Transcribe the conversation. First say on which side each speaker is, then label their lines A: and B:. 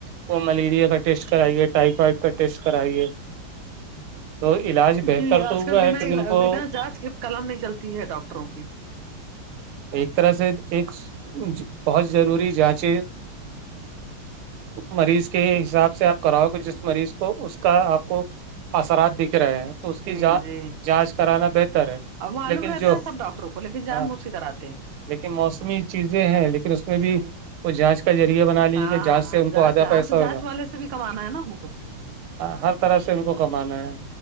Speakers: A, on the right; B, on the right.
A: وہ ملیریا کا ٹیسٹ کرائیے ٹائیفائڈ کا ٹیسٹ کرائیے تو علاج بہتر
B: کہ آج
A: تو
B: کل
A: ہوا
B: بنا
A: ہے کیونکہ ان کو
B: بنا جانچ کے قلم نہیں چلتی ہے ڈاکٹروں کی
A: ایک طرح سے ایک بہت ضروری جانچے مریض کے حساب سے آپ کراؤ گے جس مریض کو اس کا آپ کو اثرات دکھ رہے ہیں تو اس کی
B: جی
A: جانچ
B: جی
A: کرانا بہتر ہے
B: اب معلوم
A: لیکن
B: رہتا
A: جو
B: ہے سب ڈاکٹروں کو لیکن جان
A: ہاں
B: مجچھ سے کراتے ہیں
A: لیکن موسمی چیزیں ہیں لیکن اس میں
B: جی
A: بھی وہ جانچ کا ذریعہ بنا لی
B: ہاں
A: کہ جانچ سے ان کو
B: جانچ
A: آدھا
B: ہاں
A: پیسہ
B: تو جانچ
A: ملا
B: والے سے بھی کمانا ہے نا ہم کو
A: ہاں ہر طرح سے ان کو کمانا ہے